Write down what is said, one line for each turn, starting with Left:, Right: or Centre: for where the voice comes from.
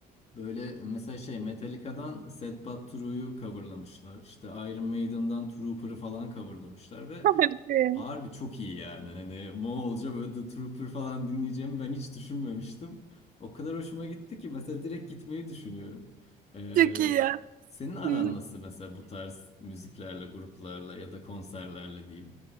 Left: Böyle mesela şey Metallica'dan Sad But True'yu coverlamışlar. İşte Iron Maiden'dan Trooper'ı falan coverlamışlar ve
Right: Harika ya.
Left: harbi çok iyi yani. Hani Moğolca böyle The Trooper falan dinleyeceğimi ben hiç düşünmemiştim. O kadar hoşuma gitti ki mesela direkt gitmeyi düşünüyorum. Ee,
Right: Çok iyi ya.
Left: senin aran
Right: Hı.
Left: nasıl mesela bu tarz müziklerle, gruplarla ya da konserlerle diyeyim?